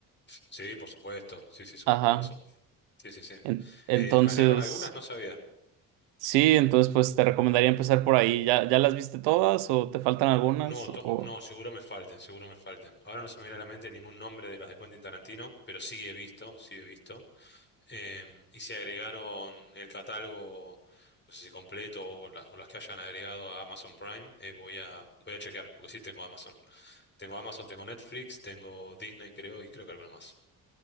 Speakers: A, on the left; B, on the right.
A: Sí, por supuesto, sí, sí, súper
B: Ajá.
A: famoso. Sí, sí, sí.
B: En- entonces,
A: Eh, ¿agregaron algunas? No sabía.
B: sí, entonces pues te recomendaría empezar por ahí. ¿Ya, ya las viste todas o te faltan algunas?
A: No, to-
B: O...
A: no, seguro me falten, seguro me falten. Ahora no se me viene a la mente ningún nombre de las de Quentin Tarantino, pero sí he visto, sí he visto. Eh, y se agregaron el catálogo, no sé si completo o, la- o las que hayan agregado a Amazon Prime, eh, voy a, voy a chequear, porque sí tengo Amazon. Tengo Amazon, tengo Netflix, tengo Disney, creo, y creo que alguna más.